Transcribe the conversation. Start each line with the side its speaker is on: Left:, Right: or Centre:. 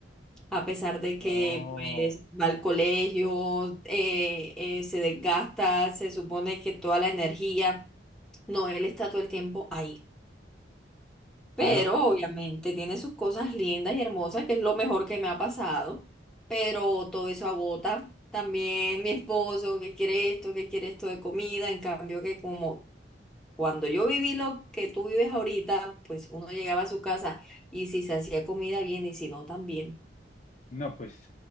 Centre: A pesar de que,
Left: No,
Centre: pues, va al colegio, eh, eh, se desgasta, se supone que toda la energía, no, él está todo el tiempo ahí. Pero
Left: no,
Centre: obviamente tiene sus cosas lindas y hermosas, que es lo mejor que me ha pasado. Pero todo eso agota. También mi esposo que quiere esto, que quiere esto de comida. En cambio que como cuando yo viví lo que tú vives ahorita, pues uno llegaba a su casa y si se hacía comida bien y si no también.
Left: no, pues